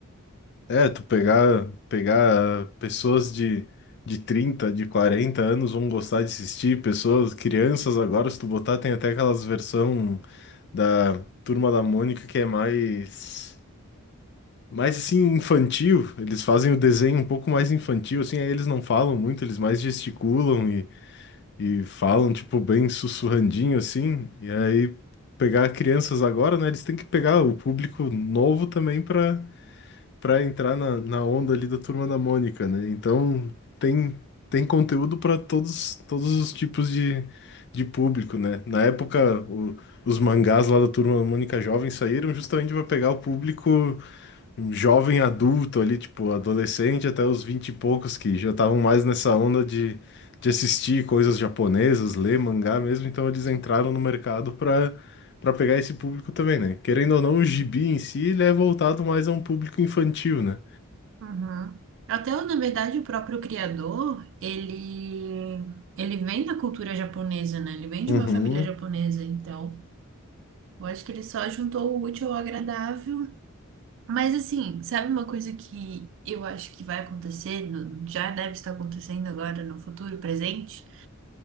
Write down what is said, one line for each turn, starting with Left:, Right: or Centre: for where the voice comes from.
Left: É, tu pegar, pegar pessoas de, de 30 de 40 anos vão gostar de assistir, pessoas, crianças agora, se tu botar, tem até aquelas versão da Turma da Mônica que é mais, mais assim, infantil. Eles fazem o desenho um pouco mais infantil, assim, aí eles não falam muito, eles mais gesticulam e e falam, tipo, bem sussurrandinho assim, e aí pegar crianças agora, né? Eles têm que pegar o público novo também para para entrar na, na onda ali da Turma da Mônica, né? Então tem, tem conteúdo para todos, todos os tipos de, de público, né? Na época, o- os mangás lá da Turma da Mônica Jovem saíram justamente para pegar o público um jovem adulto ali, tipo, adolescente até os vinte e poucos que já estavam mais nessa onda de, de assistir coisas japonesas, ler mangá mesmo, então eles entraram no mercado para para pegar esse público também, né? Querendo ou não, o gibi em si, ele é voltado mais a um público infantil, né?
Right: Uhum. Até, na verdade, o próprio criador, ele, ele vem da cultura japonesa, né? Ele vem de
Left: Uhum,
Right: uma família japonesa, então eu acho que ele só juntou o útil ao agradável. Mas, assim, sabe uma coisa que eu acho que vai acontecer, no- já deve estar acontecendo agora no futuro presente,